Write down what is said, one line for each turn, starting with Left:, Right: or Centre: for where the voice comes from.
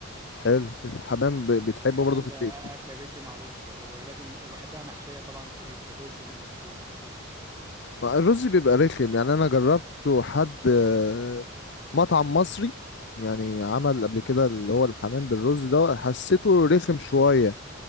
Left: حلو الحمام ب- بتحبه
Right: الحمام
Left: برضه في
Right: ده
Left: البيت
Right: أكلة بيتي معروفة ولازم وبحبها محشية طبعا فريك الرز ما بحبوش
Left: ما الرز بيبقى رخم يعني انا جربته حد آه، مطعم مصري يعني عمل قبل كده اللي هو الحمام بالرز ده حسيته رخم شوية